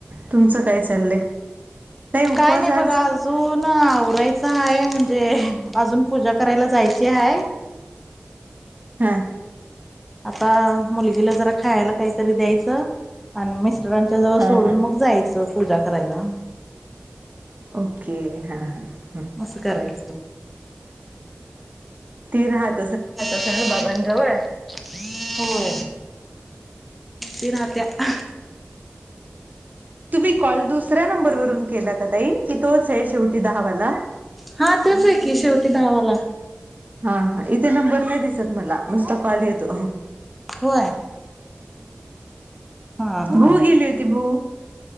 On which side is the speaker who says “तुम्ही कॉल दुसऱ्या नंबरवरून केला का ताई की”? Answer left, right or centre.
Right